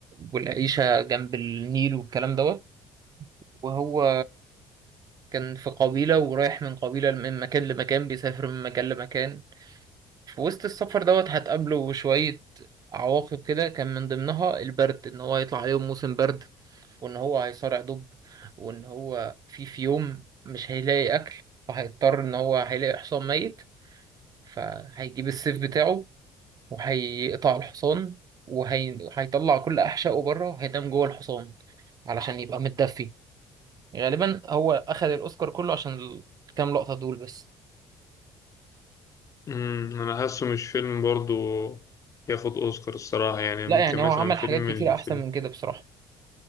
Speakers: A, on the right; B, on the left.
A: والعيشه جنب النيل والكلام دوت وهو كان في قبيله ورايح من قبيله من مكان لمكان بيسافر من مكان لمكان في وسط السفر دوت هتقابله شوية عواقب كده كان من ضمنها البرد إن هو هيطلع عليهم موسم برد وإن هو هيصارع دب وإن هو في في يوم مش هيلاقي أكل فهيضطر إن هو هيلاقي حصان ميت فهيجيب السيف بتاعه وهيقطع الحصان وهيطلع كل أحشائه بره هينام جوه الحصان علشان يبقى متدفي غالبا هو أخد الأوسكار كله عشان الكام لقطة دول بس
B: امم انا حاسه مش فيلم برضو ياخد اوسكار الصراحة يعني
A: لا
B: ممكن
A: يعني
B: مثلا
A: هو عمل
B: فيلم
A: حاجات كتير
B: الفيلم
A: أحسن من كده بصراحة